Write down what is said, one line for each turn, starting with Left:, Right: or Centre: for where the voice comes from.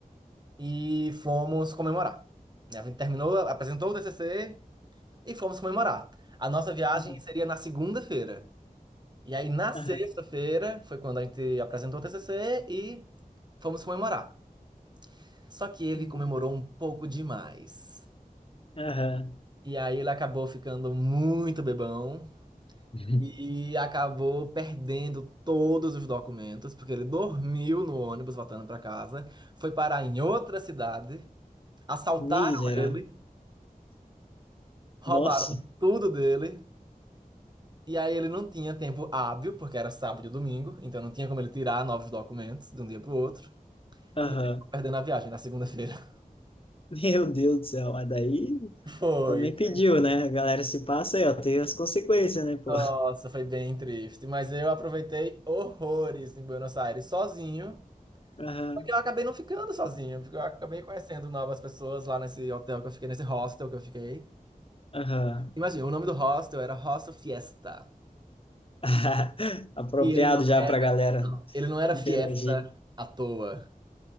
Right: e fomos comemorar. né? A gente terminou, apresentou o TCC e fomos comemorar. A nossa viagem
Left: Uhum.
Right: seria na segunda-feira. E aí, na sexta-feira,
Left: Aham.
Right: foi quando a gente apresentou o TCC e fomos comemorar. Só que ele
Left: Uhum.
Right: comemorou um pouco demais.
Left: Aham.
Right: E aí, ele acabou ficando muito bebão
Left: Uhum.
Right: E acabou perdendo todos os documentos, porque ele dormiu no ônibus voltando para casa, foi parar em outra cidade, assaltaram
Left: Miserável.
Right: ele, roubaram
Left: Nossa.
Right: tudo dele, e aí ele não tinha tempo hábil, porque era sábado e domingo, então não tinha como ele tirar novos documentos de um dia para o outro,
Left: Aham.
Right: e ele acabou perdendo a viagem na segunda-feira. <laughs>
Left: Meu Deus do céu, mas daí
Right: Foi,
Left: também
Right: foi.
Left: pediu, né? A galera se passa aí, ó, tem as consequências, né, pô?
Right: Nossa, foi bem triste, mas eu aproveitei horrores em Buenos Aires sozinho.
Left: Aham.
Right: Porque eu acabei não ficando sozinho, porque eu acabei conhecendo novas pessoas lá nesse hotel que eu fiquei, nesse hostel que eu fiquei.
Left: Aham.
Right: Imagina, o nome do hostel era Hostel Fiesta.
Left: <laughs> Apropriado
Right: E ele não
Left: já
Right: era,
Left: pra galera
Right: não, ele não era
Left: interagir.
Right: fiesta à toa.